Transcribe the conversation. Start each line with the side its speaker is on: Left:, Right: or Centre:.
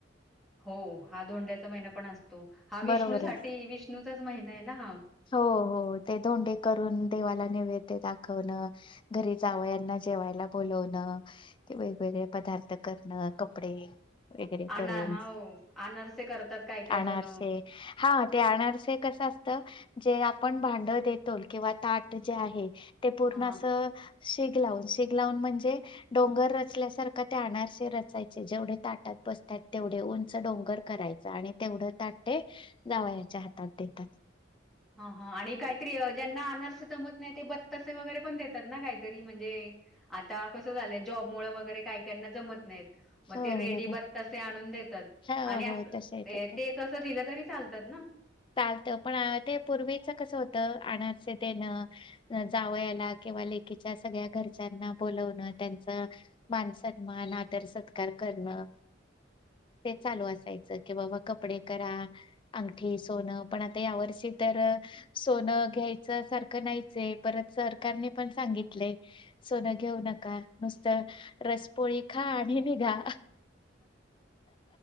Centre: हो हा दोंड्याचा महिना पण असतो. हा विष्णू
Left: बरोबर
Centre: साठी
Left: आहे
Centre: विष्णूचा महिना आहे ना हा.
Left: हो हो ते धोंडे करून. देवाला नैवद्य दाखवणं. घरी जावयाना. जेवायला बोलवणं. ते वेगवेगळे पदार्थ करणं कपडे वगैरे करून
Centre: अना हा हो अनारसे करतात काय काय
Left: अनारसे..
Centre: जण
Left: हा ते अनारसे कसं असं. तर जे आपण भांड देतो किंवा ताट जे आहे. ते पूर्ण
Centre: हा
Left: असं शिग लावून शिग लावून म्हणजे डोंगर रचल्यासारखा ते आनारसे रचायचे जेवढे ताटात बसतात तेवढे उंच डोंगर करायच आणि तेवढं ताटे जावयाच्या हातात देतात.
Centre: हा हा आणि काहीतरी ज्यांना आनारसे जमत नाही ते बत्तासे वगैरे पण देतात ना काहीतरी म्हणजे आता कसं झालंय जॉब मुळ वगैरे काही काही ना जमत नाहीत. मग
Left: हो
Centre: ते रेडी
Left: बरोबर
Centre: बत्तासे आणून देतात
Left: हो
Centre: आणि असं-ते
Left: हो तसं आहे तिथं
Centre: तसं दिलं तरी चालतात ना.
Left: चालतं पण आ.. ते पूर्वीच कस होत अनारसे देणं, जावयाला किंवा लेकीच्या सगळ्या घरच्यांना बोलवणं, त्यांच मान सन्मान आदर सत्कार करणं, ते चालू असायचं की बाबा कपडे करा अंगठी. सोनं पण आता यावर्षी तर सोनं घ्यायचं सारखं नाहीच, परत सरकारने पण सांगितले सोनं घेऊ नका नुसतं रसपोळी खा आणि निघा.